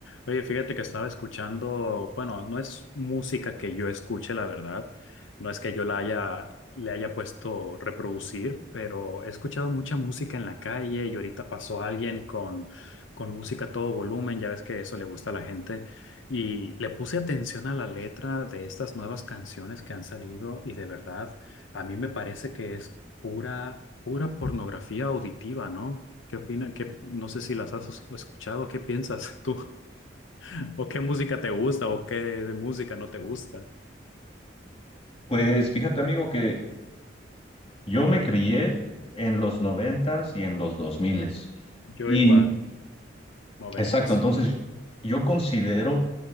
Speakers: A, on the left; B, on the left.
A: Oye, fíjate que estaba escuchando, bueno, no es música que yo escuche, la verdad, no es que yo la haya, le haya puesto reproducir, pero he escuchado mucha música en la calle y ahorita pasó alguien con, con música a todo volumen, ya ves que eso le gusta a la gente, y le puse atención a la letra de estas nuevas canciones que han salido y de verdad, a mí me parece que es pura, pura pornografía auditiva, ¿no? ¿Qué opinan? ¿Qué, no sé si las has escuchado, ¿qué piensas tú? ¿O qué música te gusta o qué de música no te gusta?
B: Pues fíjate, amigo, que yo me crié en los noventas y en los dos miles.
A: Yo
B: Y
A: igual, noventas.
B: exacto, entonces yo considero